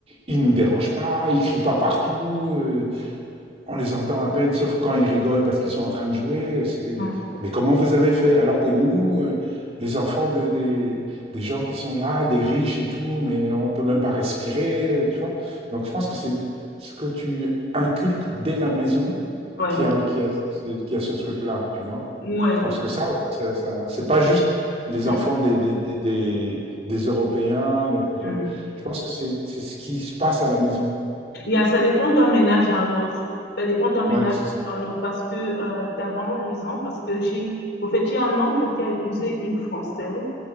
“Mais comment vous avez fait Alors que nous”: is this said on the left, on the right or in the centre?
Right